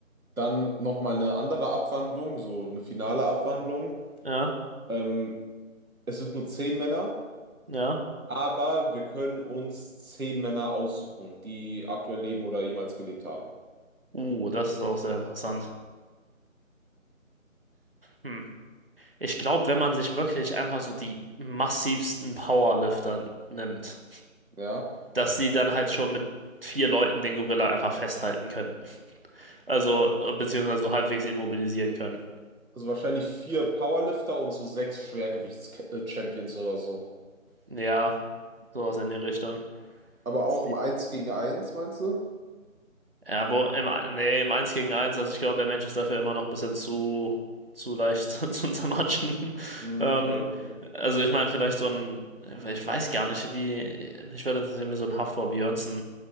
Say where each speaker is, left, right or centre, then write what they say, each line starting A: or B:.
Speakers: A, on the right; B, on the right.
A: dann nochmal eine andere Abwandlung, so eine finale Abwandlung.
B: Ja,
A: Ähm, es sind nur zehn Männer,
B: ja.
A: aber wir können uns zehn Männer aussuchen, die aktuell leben oder jemals gelebt haben.
B: Uh, das ist auch sehr interessant. Hm. Ich glaube, wenn man sich wirklich einfach so die massivsten Powerlifter nimmt,
A: Ja,
B: dass die dann halt schon mit vier Leuten den Gorilla einfach festhalten können. Also, äh, beziehungsweise so halbwegs immobilisieren können.
A: also wahrscheinlich vier Powerlifter und so sechs Schwergewichts-Champions oder so.
B: Ja, sowas in die Richtung.
A: Aber
B: Dass
A: auch
B: die
A: im Eins gegen Eins, meinst du?
B: Ja, wo im, Ein- nee, im eins gegen eins also ich glaube, der Mensch ist dafür immer noch ein bisschen zu, zu leicht <laughs> zu zermatschen.
A: Mhm,
B: Ähm,
A: ja, okay.
B: also ich meine, vielleicht so ein, ich weiß gar nicht, wie, mich würde interessieren, wie so ein Hafþór Björnsson